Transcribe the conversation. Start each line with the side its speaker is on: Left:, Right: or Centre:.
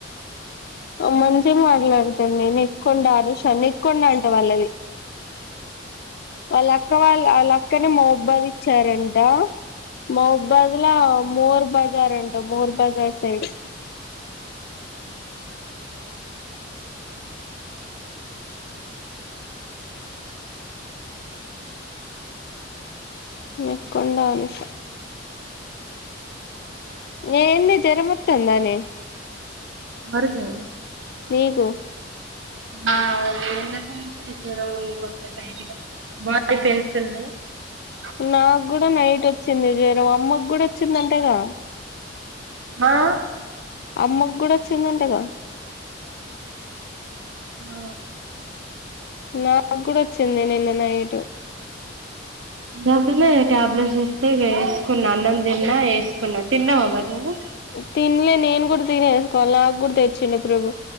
Left: మంచిగా మాట్లాడతాను నేను ఎక్కుండ ఆరుషా న ఎకుండ అంటా వాళ్ళది ఆళ్ల అక్క వాళ్ళు వాళ్ళక్కనే మహబ్బాద్ ఇచ్చారంట మహబాద్ లో మోర్ బజార్ అంట మోర్ బజార్ సైడ్ నెక్కొండ అనూష నెండె జరమత్తందానేే
Right: బర్గే
Left: మీకు
Right: ఆ నిన్నటి నుండే జరముంది కొంచెం లైట్ గా <unintelligible>
Left: నాకు కూడా నైట్ వచ్చింది వేరే అమ్మకి కూడా వచ్చిందంటగా
Right: ఆా
Left: అమ్మకు కూడా వచ్చిందంటగా
Right: ఆ
Left: నాకు కూడా వచ్చింది నిన్న నైట్
Right: డబ్బనే టాబ్లెట్స్ ఇస్తే వేసుకున్నా అన్నం తిన్నా వేసుకున్నాం తిన్నావామ్ మే
Left: తినలే నేను కూడా తినేసుకోవాలి నాకు కూడా తెచ్చిండడి ప్రభు